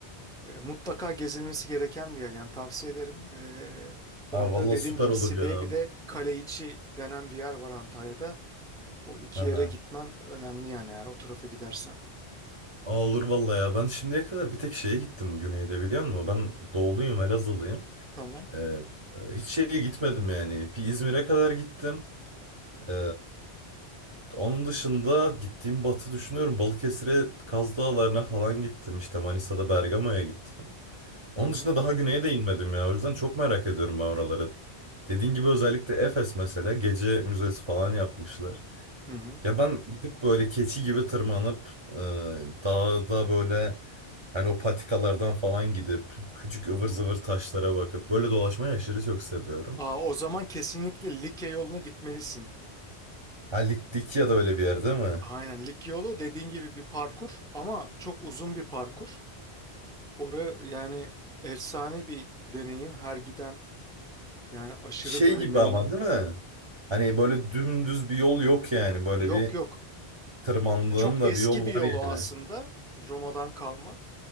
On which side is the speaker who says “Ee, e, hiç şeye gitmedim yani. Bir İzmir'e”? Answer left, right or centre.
Right